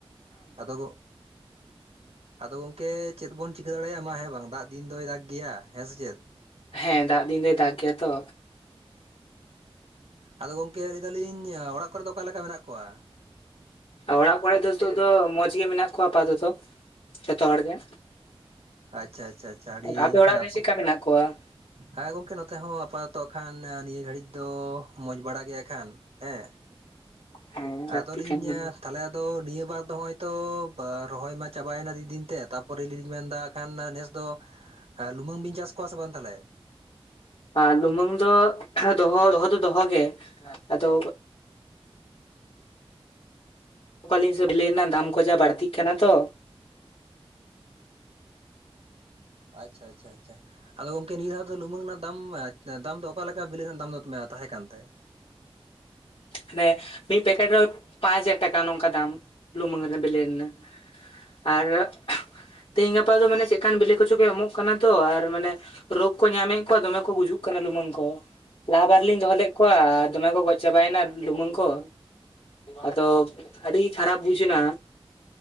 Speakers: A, on the right; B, on the left.
A: ᱟᱫᱚ, ᱟᱫᱚ ᱜᱚᱝᱠᱮ ᱪᱮᱫ ᱵᱚᱱ ᱪᱤᱠᱟᱹ ᱫᱟᱲᱮᱭᱟᱜ-ᱟ ᱢᱟ ᱦᱮᱸ ᱵᱟᱝ, ᱫᱟᱜ ᱫᱤᱱ ᱫᱚᱭ ᱫᱟᱜᱽ ᱜᱮᱭᱟ ᱦᱮᱸ ᱥᱮ ᱪᱮᱫ?
B: ᱦᱮᱸ ᱫᱟᱜ ᱫᱤᱱ ᱫᱚᱭ ᱫᱟᱜᱽ ᱜᱮᱭᱟ ᱛᱚ᱾
A: ᱟᱫᱚ ᱜᱚᱝᱠᱮ ᱞᱟᱹᱭᱫᱟᱞᱤᱧ ᱚᱲᱟᱜ ᱠᱚᱨᱮ ᱫᱚ ᱚᱠᱟᱞᱮ ᱞᱮᱠᱟ ᱢᱮᱱᱟᱜ ᱠᱚᱣᱟ?
B: ᱚᱲᱟᱜ ᱠᱚᱨᱮ ᱫᱚ ᱱᱤᱛᱳᱜ ᱫᱚ ᱢᱚᱸᱡᱽ ᱜᱮ ᱢᱮᱱᱟᱜ ᱠᱚᱣᱟ ᱟᱯᱟᱛᱚᱛᱚ ᱡᱷᱚᱛᱚ ᱦᱚᱲ ᱜᱮ᱾
A: ᱟᱪᱪᱷᱟ ᱟᱪᱪᱷᱟ ᱟᱪᱪᱷᱟ ᱟᱹᱰᱤ
B: ᱟᱫᱚ ᱟᱯᱮ ᱚᱲᱟᱜ
A: ᱱᱟᱯᱟᱭ᱾
B: ᱨᱮ ᱪᱮᱫᱠᱟ ᱢᱮᱱᱟᱜ ᱠᱚᱣᱟ?
A: ᱦᱮᱸ ᱜᱚᱝᱠᱮ ᱱᱚᱛᱮ ᱦᱚᱸ ᱟᱯᱟᱛᱚᱛᱚ ᱠᱷᱟᱱ ᱱᱤᱭᱟᱹ ᱜᱷᱟᱹᱲᱤᱡ ᱫᱚ ᱢᱚᱸᱡᱽ ᱵᱟᱲᱟ ᱜᱮᱭᱟ ᱦᱟᱸᱜ ᱠᱷᱟᱱ᱾ ᱦᱮᱸ᱾
B: ᱦᱮᱸ ᱞᱟᱹᱠᱛᱤ
A: ᱟᱫᱚ ᱞᱤᱧᱻ
B: ᱠᱟᱱ ᱜᱮᱭᱟ᱾
A: ᱛᱟᱦᱞᱮ ᱟᱫᱚ ᱱᱤᱭᱟᱹ ᱵᱟᱨ ᱫᱚ ᱦᱚᱸᱜ-ᱚᱭ ᱛᱚ ᱨᱚᱦᱚᱭ ᱢᱟ ᱪᱟᱵᱟᱭᱮᱱᱟ ᱫᱤᱱ ᱫᱤᱱ ᱛᱮ, ᱛᱟᱯᱚᱨᱮ ᱟᱹᱞᱤᱧ ᱞᱤᱧ ᱢᱮᱱᱫᱟ ᱠᱷᱟᱱ ᱱᱮᱥ ᱫᱚ ᱞᱩᱢᱟᱹᱝ ᱵᱤᱱ ᱪᱟᱥ ᱠᱚᱣᱟ ᱥᱮ ᱵᱟᱝ ᱛᱟᱦᱞᱮ?
B: ᱟᱸᱻ ᱞᱩᱢᱟᱹᱝ ᱫᱚ ᱫᱚᱦᱚ ᱫᱚᱦᱚ ᱫᱚ ᱫᱚᱦᱚ ᱜᱮ ᱟᱫᱚ ᱚᱠᱟᱞᱤᱧ ᱥᱟᱹᱛ ᱞᱮᱱᱟ, ᱫᱟᱢ ᱠᱚ ᱡᱟ ᱵᱟᱹᱲᱛᱤᱜ ᱠᱟᱱᱟ ᱛᱚ᱾
A: ᱟᱪᱪᱷᱟ ᱟᱪᱪᱷᱟ ᱟᱪᱪᱷᱟ᱾ ᱟᱫᱚ ᱜᱚᱝᱠᱮ ᱱᱤᱣᱟᱹ ᱫᱷᱟᱣ ᱫᱚ ᱞᱩᱢᱟᱹᱝ ᱨᱮᱱᱟᱜ ᱫᱟᱢ, ᱫᱟᱢ ᱫᱚ ᱚᱠᱟᱞᱮᱠᱟ ᱵᱮᱞᱮ ᱨᱮᱱᱟᱜ ᱫᱟᱢ ᱫᱚ ᱛᱟᱦᱮᱸ ᱠᱟᱱ ᱛᱮ?
B: ᱢᱟᱱᱮ ᱢᱤᱫ ᱯᱮᱠᱮᱴ ᱨᱮ ᱯᱟᱸᱪ ᱦᱟᱡᱟᱨ ᱴᱟᱠᱟ, ᱱᱚᱝᱠᱟ ᱫᱟᱢ ᱞᱩᱢᱟᱹᱝ ᱨᱮᱱᱟᱜ ᱵᱮᱞᱮ ᱨᱮᱱᱟᱜ᱾ ᱟᱨ ᱛᱤᱦᱤᱧ ᱜᱟᱯᱟ ᱫᱚ ᱢᱟᱱᱮ ᱪᱮᱫᱠᱟᱱ ᱵᱮᱞᱮ ᱠᱚᱪᱚ ᱠᱚ ᱮᱢᱚᱜ ᱠᱟᱱᱟ ᱛᱚ ᱟᱨ ᱢᱟᱱᱮ ᱨᱳᱜᱽ ᱠᱚ ᱧᱟᱢᱮᱜ ᱠᱚᱣᱟ ᱫᱚᱢᱮ ᱠᱚ ᱜᱩᱡᱩᱜ ᱠᱟᱱᱟ ᱞᱩᱢᱟᱹᱝ ᱠᱚ᱾ ᱞᱟᱦᱟ ᱵᱟᱨ ᱞᱤᱧ ᱫᱚᱦᱚ ᱞᱮᱫ ᱠᱚᱣᱟ ᱫᱚᱢᱮ ᱠᱚ ᱜᱚᱡ ᱪᱟᱵᱟᱭᱮᱱᱟ᱾ ᱞᱩᱢᱟᱹᱝ ᱠᱚ, ᱟᱫᱚ ᱟᱹᱰᱤ ᱠᱷᱟᱨᱟᱯ ᱵᱩᱡᱮᱱᱟ᱾